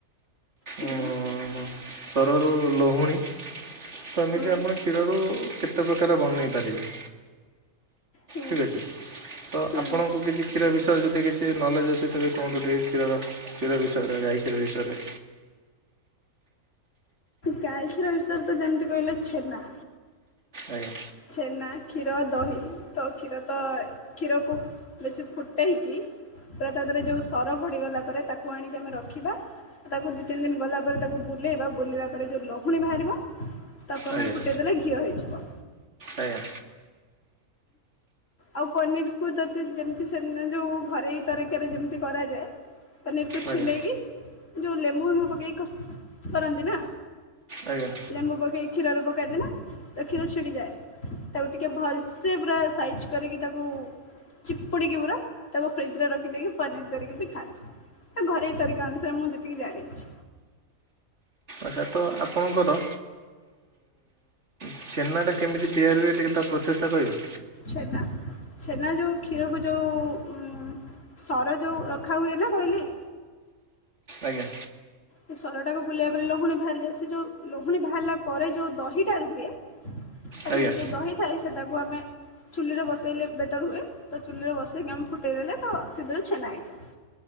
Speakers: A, on the left; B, on the right.
A: ହୁଁ।
B: ଉଁ ସରରୁ ଲହୁଣୀ। ତ ଏମିତି
A: ହୁଁ
B: ଆପଣ କ୍ଷୀରରୁ କେତେ ପ୍ରକାର ବନେଇ ପାରିବେ।
A: ହୁଁ
B: ଠିକ୍ ଅଛି। ତ
A: ହୁଁ
B: ଆପଣଙ୍କୁ କିଛି କ୍ଷୀର ବିଷୟରେ ଯଦି କିଛି ନଲେଜ୍ ଅଛି ତେବେ କୁହନ୍ତୁ, ଟିକେ କ୍ଷୀରର କ୍ଷୀର ବିଷୟରେ ଗାଈ କ୍ଷୀର ବିଷୟରେ।
A: ଗାଈ କ୍ଷୀର ବିଷୟରେ ତ ଯେମିତି କହିଲେ ଛେନା।
B: ଆଜ୍ଞା
A: ଛେନା, କ୍ଷୀର, ଦହି ତ କ୍ଷୀର ତ କ୍ଷୀରକୁ ବେଶୀ ଫୁଟେଇକି, ପୁରା ତା ଦେଏରେ ଯୋଉ ସର ପଡିଗଲା ପରେ, ତାକୁ ଆଣିକି ଆମେ ରଖିବା। ତାକୁ ଦି ତିନି ଦିନି ଗଲା ପରେ ତାକୁ ବୁଲେଇବା, ବୁଲେଇଲା ପରେ ଯୋଉ ଲହୁଣୀ ବାହାରିବ। ତାକୁ ଆମେ
B: ଆଜ୍ଞା
A: ଫୁଟେଇଦେଲେ ଘିଅ ହେଇଯିବ।
B: ଆଜ୍ଞା।
A: ଆଉ ପନିରକୁ ଯଦି ଯେମିତି ସେ ଦିନ୍ ଯୋଉ ଘରେଇ ତରିକାରେ ଯେମିତି କରାଯାଏ। ପନିର୍ କୁ ଛିଣ୍ଡେଇକି,
B: ଆଜ୍ଞା
A: ଯୋଉ ଲେମ୍ବୁ ଫେମ୍ବୁ ପକେଇକି କରନ୍ତି ନା।
B: ଆଜ୍ଞା।
A: ଲେମ୍ବୁ ପକେଇ କ୍ଷୀରରେ ପକାନ୍ତିନା? ତ କ୍ଷୀର ଛିଡିଯାଏ, ତାକୁ ଟିକେ ଭଲ୍ସେ ପୁରା ସାଇଜ୍ କରିକି ତାକୁ, ଚିପୁଡ଼ିକି ପୁରା ତାକୁ ଫ୍ରିଜ୍ ରେ ରଖିଦେଇକି ପନିର୍ କରିକି ବି ଖାଆନ୍ତି। ଏ ଘରୋଇ ତରିକା ଅନୁସାରେ ମୁଁ ଯେତିକି ଜାଣିଛି।
B: ଏଇଟା ତ ଆପଣଙ୍କର। ଛେନା ଟା କେମିତି ତିଆରି ହୁଏ, ଟିକେ ତା ପ୍ରୋସେସ୍ ଟା କହିବେ?
A: ଛେନା, ଛେନା ଯୋଉ କ୍ଷୀରକୁ ଯୋଉ ଉଁ ସର ଯୋଉ ରଖା ହୁଏନି, କହିଲି।
B: ଆଜ୍ଞା।
A: ସେ ସରଟାକୁ ବୁଲେଇିବା ରେ ଲହୁଣୀ ବାହାରିଯାଏ, ସେ ଯୋଉ ଲହୁଣୀ ବାହାରିଲା ପରେ ଯୋଉ ଦହିଟା ରୁହେ। ତା
B: ଆଜ୍ଞା
A: ଭିତରେ ଯୋଉ ଦହି ଥାଏ, ସେଟାକୁ ଆମେ ଚୁଲିରେ ବସେଇଲେ ବେଟର୍ ହୁଏ, ତ ଚୁଲିରେ ବସେଇକି ଆମେ ଫୁଟେଇ ଦେଲେ ତ ସେଥିରେ ଛେନା ହେଇଯାଏ।